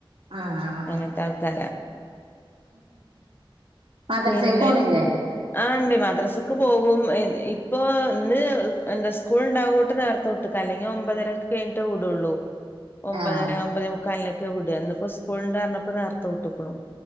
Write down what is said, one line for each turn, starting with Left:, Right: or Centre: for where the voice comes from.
Right: ആഹ്
Left: അങ്ങൻത്തെ ആൾക്കാരാ
Right: മദ്രസയ്ക്ക്
Left: പിന്നെ
Right: പോണില്ലേ
Left: ആഹ് ഇണ്ട് മദ്രാസ്ക്ക് പോകും ഇ ഇപ്പൊ ഇന്ന് എന്താ സ്കൂൾ ഇണ്ടാവോട്ട് നേർ നേരത്തെ വിട്ടുക്കാ അല്ലെങ്കിൽ ഒമ്പതരൊക്കെ കഴിഞ്ഞിട്ട് വുടുയൊള്ളൂ ഒമ്പതര
Right: ആഹ്
Left: ഒമ്പത് മുക്കാലിനൊക്കെ വുട ഇന്നിപ്പോ സ്കൂള് ഇണ്ടപർഞ്ഞപ്പോ നേർത്തെ വുട്ടുക്ക്ണു